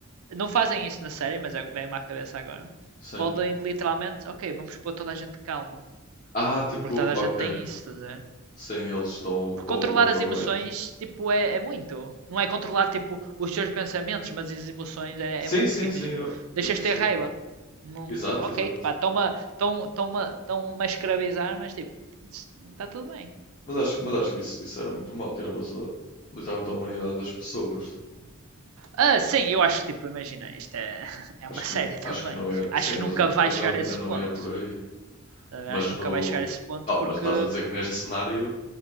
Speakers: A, on the right; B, on the left.
A: Não fazem isso na série, mas é o que vem-me à cabeça agora.
B: Sim.
A: Podem literalmente, ok, vamos pôr toda a gente calma.
B: Ah, tipo,
A: Porque toda a
B: ok.
A: gente tem isso, estás a ver?
B: Sem eles dão
A: Porque
B: o, o
A: controlar
B: override.
A: as emoções, tipo, é, é muito. Não é controlar, tipo, os teus pensamentos, mas as emoções é,
B: Sim,
A: é muito.
B: sim,
A: Que imagina,
B: sim, eu,
A: deixas
B: eu percebo.
A: ter raiva. Não,
B: Exato,
A: tipo, ok,
B: exato.
A: pá, estão-me a- estão- estão-me a estão-me a escravizar, mas tipo, está tudo bem.
B: Mas acho, mas acho que isso, isso era muito mau. Tiravas a, literalmente a humanidade das pessoas. tipo,
A: Ah, sim, eu acho que, tipo, imagina, isto é, <laughs> é
B: acho
A: uma série
B: que não,
A: também.
B: acho que não ia.
A: Acho
B: Sim,
A: que
B: mas,
A: nunca
B: eu-
A: vai
B: mas
A: chegar
B: eu,
A: a
B: eu
A: esse
B: não
A: ponto.
B: ia por aí.
A: Tá a ver?
B: Mas
A: Acho que
B: no.
A: nunca vai chegar a esse ponto
B: Oh,
A: porque.
B: mas estás a dizer que neste cenário